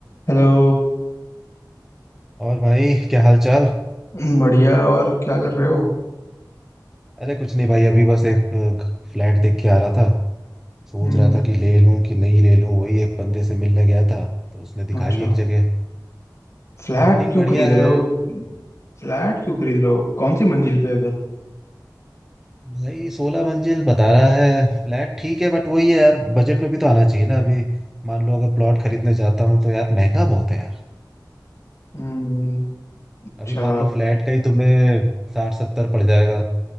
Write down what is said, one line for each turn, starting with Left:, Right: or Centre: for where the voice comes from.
Left: हेलो
Centre: और भाई क्या हाल चाल
Left: हम्म, बढ़िया और क्या कर रहे हो
Centre: अरे कुछ नहीं भाई अभी बस एक फ्लैट देख के आ रहा था सोच
Left: हम्म
Centre: रहा था कि ले लूं कि नहीं ले लूं वही एक बंदे से मिलने गया था तो उसने दिखाई
Left: अच्छा
Centre: एक जगह
Left: फ्लैट
Centre: तो बिल्डिंग
Left: क्यों
Centre: बढ़िया
Left: खरीद रहे
Centre: है
Left: हो फ्लैट क्यों खरीद रहे हो कौन सी मंजिल पे है घर
Centre: भाई सोलह मंजिल बता रहा है फ्लैट ठीक है बट वही है यार बजट में भी तो आना चाहिए ना अभी मान लो अगर प्लॉट खरीदने जाता हूँ तो यार महंगा बहुत है यार
Left: हम्म अच्छा
Centre: अभी मान लो फ्लैट का ही तुम्हें साठ सत्तर पड़ जाएगा